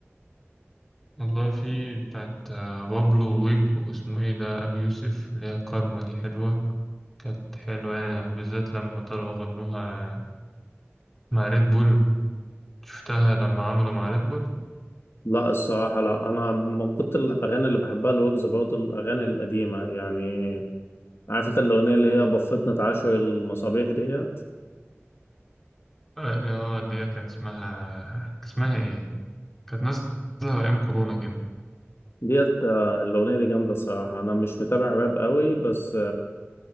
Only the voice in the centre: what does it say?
والله في بتاعت آه، بابلو ويج واسمه ايه ده ابي يوسف اللي هي كارما دي حلوه كانت حلوة يعني بالذات لما طلعوا غنوها مع ريد بول شفتها لما عملوا مع ريد بول
اه آه، اللي هي كان اسمها كان اسمها ايه كانت نازله ايام كورونا كده